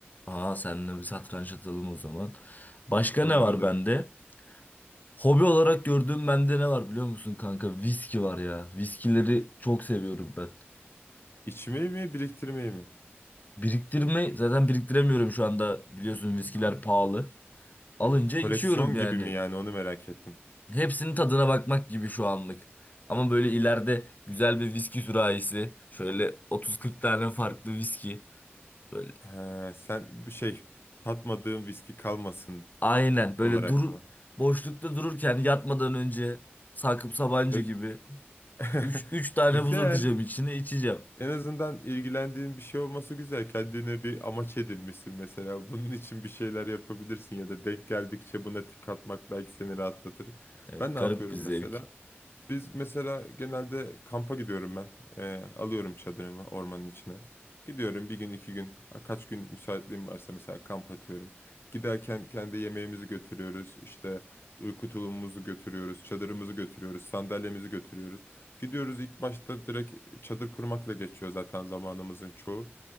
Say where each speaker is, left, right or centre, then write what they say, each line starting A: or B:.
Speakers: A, on the left; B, on the left.
A: Aa seninle bir satranç atalım o zaman. Başka
B: <laughs> Olur
A: ne var
B: olur.
A: bende? Hobi olarak gördüğüm bende ne var biliyor musun kanka? Viski var ya. Viskileri çok seviyorum ben.
B: İçmeyi mi, biriktirmeyi mi?
A: Biriktirme zaten biriktiremiyorum şu anda. Biliyorsun viskiler pahalı. Alınca
B: Yani bir koleksiyon
A: içiyorum yani.
B: gibi mi yani onu merak ettim.
A: Hepsinin tadına bakmak gibi şu anlık. Ama böyle ileride güzel bir viski sürahisi. Şöyle 30-40 tane farklı viski. Böyle
B: He, sen bir şey tatmadığın viski kalmasın
A: aynen böyle
B: olarak
A: dur
B: mı?
A: boşlukta dururken yatmadan önce Sakıp Sabancı
B: Ö-
A: gibi
B: <laughs>
A: 3 3 tane buz
B: Güzel.
A: atacağım içine içeceğim.
B: En azından ilgilendiğin bir şey olması güzel. Kendine bir amaç edinmişsin mesela. Bunun için bir şeyler yapabilirsin ya da denk geldikçe buna tik atmak belki seni rahatlatır.
A: Evet
B: Ben
A: garip
B: ne yapıyorum
A: bir zevk.
B: mesela? Biz mesela genelde kampa gidiyorum ben. Ee, alıyorum çadırımı ormanın içine. Gidiyorum bir gün iki gün a- kaç gün müsaitliğim varsa mesela kamp atıyorum. Giderken kendi yemeğimizi götürüyoruz. işte uyku tulumumuzu götürüyoruz. Çadırımızı götürüyoruz. Sandalyemizi götürüyoruz. Gidiyoruz ilk başta direkt çadır kurmakla geçiyor zaten zamanımızın çoğu.